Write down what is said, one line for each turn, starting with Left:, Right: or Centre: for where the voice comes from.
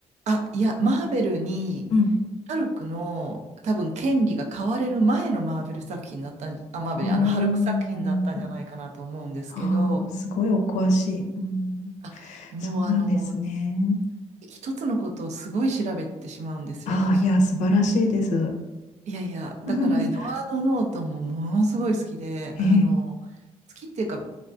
Right: あ、いや、マーベルに、
Left: うん。
Right: ハルクの多分権利が買われる前のマーベル作品だったんじあ、マーベル、
Left: ああ。
Right: あのハルク作品だったんじゃないかなと思うんですけど、
Left: ああ、すごいお詳しい。うん、
Right: あ、もうあの、
Left: そうなんですね。
Right: 一つのことをすごい調べてしまうんですよ、
Left: ああ、
Right: 私。
Left: いや、素晴らしいです。
Right: いやいや、
Left: <laughs>
Right: だからエドワード・ノートンもものすごい好きで、
Left: へえ、
Right: あの、好きっていうか、